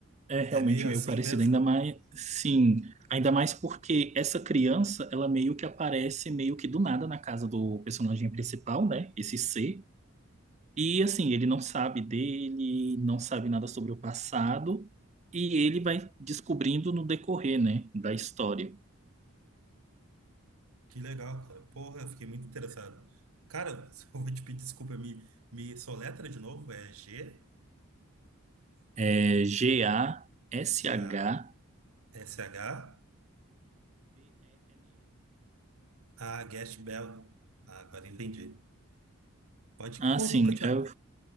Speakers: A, on the right; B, on the right.
A: É realmente
B: É meio
A: meio
B: assim
A: parecido,
B: mesmo.
A: ainda mais, sim, ainda mais porque essa criança, ela meio que aparece meio que do nada na casa do personagem principal, né? Esse C. E assim, ele não sabe dele, não sabe nada sobre o passado, e ele vai descobrindo no decorrer, né, da história.
B: Que legal, cara. Porra, eu fiquei muito interessado. Cara, <laughs> se eu vou te pedir desculpa, me, me soletra de novo. É G,
A: É G-A-S-H-B-E-L-L.
B: G-A-S-H, A, S H, A, Guest Bell. Ah, agora entendi. Pode
A: Assim,
B: que, pô, nunca tinha,
A: eu,